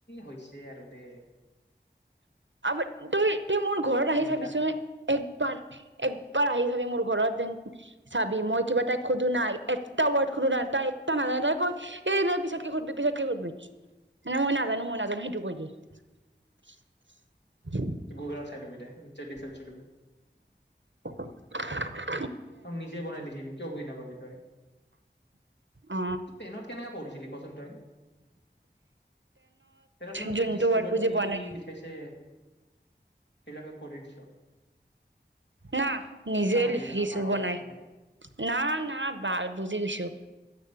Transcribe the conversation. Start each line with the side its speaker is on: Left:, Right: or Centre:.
Left: হৈছে আৰু দে।
Right: আবে তই। তই মোৰ ঘৰত
Left: কি
Right: আহি
Left: লিখা
Right: চাবিচোন
Left: আছে
Right: একবাৰ এক। একবাৰ আহি চাবি মোৰ ঘৰত চাবি মই কিবা তাইক সোধো নাই, এটা ৱৰ্ড সোধো নাই, তাই এটা নাজানো তাই কৈ এই ন পিছতকে সোধবি পিছতকে সোধবি মানে মই নাজানো মই নাজানো সেইটো কৈ দিয়ে। <inaudible>
Left: গুগলত চাই ল'বি দে <unintelligible>
Right: <unintelligible>
Left: আৰু নিজে বনাই লিখিবি কিয় বুজি নাপাবি তই।
Right: অ
Left: টেনত কেনেকা পঢ়িছিলি কচোন তই টেনত মানে,
Right: যোনটো
Left: তই যি স্কুলত
Right: ৱৰ্ড বুজি
Left: যি
Right: পোৱা নাই
Left: লিখাইছে। <unintelligible> লাকে পঢ়িছো।
Right: না নিজে
Left: মাৰি
Right: লিখিছো।
Left: গৈছ ন পাগলৰ
Right: বুজি পোৱা
Left: নিচিনাকে
Right: নাই। ‌না না বাল বুজি গৈছো